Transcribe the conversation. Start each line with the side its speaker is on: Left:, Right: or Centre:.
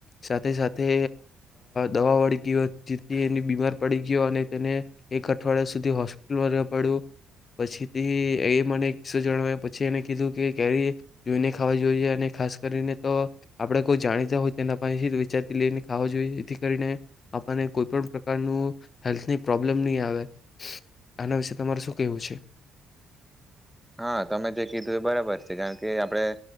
Left: સાથે સાથે દવા વળી ગયો જેથી એની બીમાર પડી ગયો અને તેને એક અઠવાડિયા સુધી હોસ્પિટલમાં પડ પછીથી એ મને કિસ્સો જણાવય પછી એને કીધું કે કે્યારે જોઈને ખાવા જોઈએ અને ખાસ કરીને તો આપણે કોઈ જાણીતા હોય તેના પાસે વિચારતી લઈને ખાવા જોઈએ જેથી કરીને આપણને કોઈ પણ પ્રકારનું હેલ્થની પ્રોબ્લેમ નહીં આવે આના વિ તમાર શું કેવું છે?
Centre: હા તમે જે કીધું એ બરાબર છે કારણ કે આપણેે